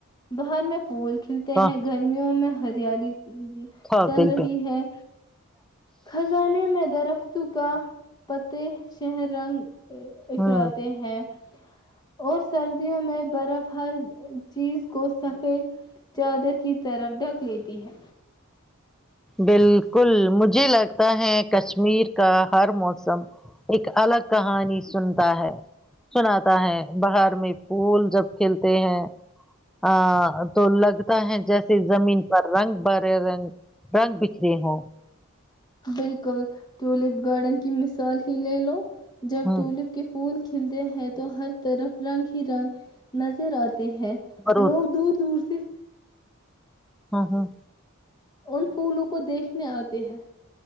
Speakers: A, on the left; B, in the centre.
A: باہر میں پھول کھلتے
B: بہت
A: ہیں گرمیوں میں ہریالی
B: قاتل
A: چل رہی
B: پہ
A: ہے خزانے میں درختوں کا پتے شہر رنگ اکھراتے
B: ہوں
A: ہیں اور سردیوں میں برف ہر چیز کو سفید چادر کی طرف ڈھک لیتی ہے
B: بالکل مجھے لگتا ہے کشمیر کا ہر موسم ایک الگ کہانی سنتا ہے سناتا ہے باہر میں پھول جب کھلتے ہیں ا تو لگتا ہے جیسے زمین پر رنگ برے رنگ رنگ بکھرے ہو
A: بالکل ٹیولپ گارڈن کی مثال ہی لے لو جب
B: ہوں
A: ٹولپ کے پھول کلتے ہیں تو ہر طرف رنگ ہی رنگ نظر آتے ہیں
B: برود
A: لوگ دور دور سے
B: ہاں ہاں
A: ان پھولوں کو دیکھنے آتے ہیں